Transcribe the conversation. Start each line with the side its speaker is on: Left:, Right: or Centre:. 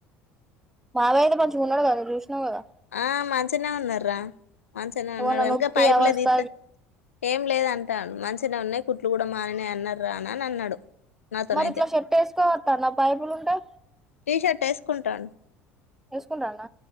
Centre: మావయ్య ఐతే మంచిగా ఉన్నాడు కద నువు చూసిన్వు కదా
Left: ఆ మంచినే ఉన్నార్ర మంచిగానే
Centre: ఏమన్నా
Left: ఉన్నాడు కనుక
Centre: నొప్పి
Left: పైపులే
Centre: అవస్థ
Left: దిత్తే ఏం లేద అంటాండు మంచిన ఉన్నాయి కుట్లు కూడా మానినాయి అన్నారు రానా అని అన్నాడు నాతోనైతే
Centre: మరి ఇట్లా షర్ట్ వేసుకోవద్దాన్న పైపులు ఉంటే
Left: టీ షర్ట్ వేసుకుంటాండు
Centre: వేసుకుండండ